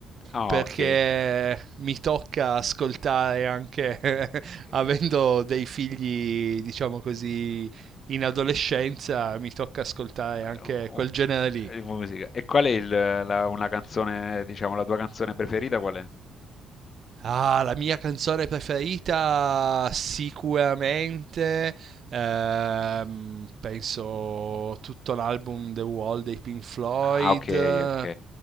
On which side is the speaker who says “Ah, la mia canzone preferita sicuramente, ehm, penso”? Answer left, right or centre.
Right